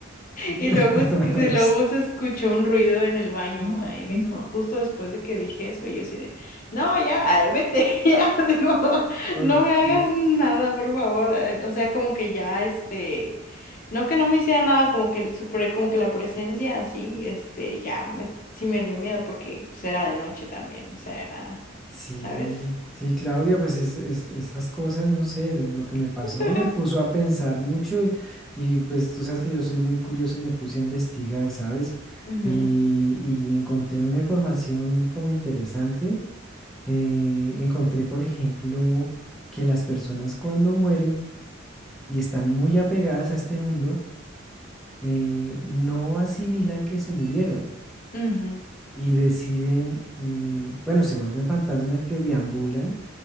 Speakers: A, in the centre; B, on the left.
A: <laughs>
B: y luego es que se, luego se escuchó un ruido en el baño ahí mismo, justo después de que dije eso, y yo así de, no, ya, ay, vete, <laughs> ya, digo,
A: Ok,
B: no me hagas nada, por favor. eh, O sea, como que ya, este, no que no me hiciera nada, como que el super, como que la presencia así, este, ya me, sí me dio miedo porque pues, era de noche también, o sea, era,
A: Sí,
B: ¿sabes?
A: sí, Claudia, pues es, es- esas cosas, no sé, lo que me pasó
B: <laughs>
A: me puso a pensar mucho y, y, pues tú sabes que yo soy muy curioso y me puse a investigar, ¿sabes?
B: Ujú,
A: Y, y encontré una información como interesante. eh, encontré, por ejemplo, que las personas cuando mueren y están muy apegadas a este mundo, eh, no asimilan que se murieron
B: ujú,
A: y deciden, eh, bueno, se vuelven fantasmas que deambulan